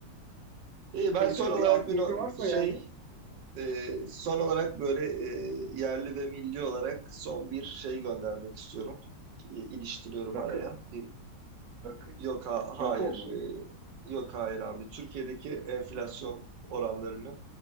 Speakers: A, on the right; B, on the right.
A: İyi ben
B: Tabii
A: son
B: tabii
A: olarak
B: bir art
A: bir
B: niyeti
A: no-
B: varsa
A: şey
B: yani.
A: e, son olarak böyle e, yerli ve milli olarak son bir şey göndermek istiyorum. E, iliştiriyorum
B: Rakı.
A: araya. Bir,
B: Rakı.
A: yok ha, hayır
B: Rakı olmalı mı?
A: e, yok hayır abi Türkiye'deki enflasyon oranlarını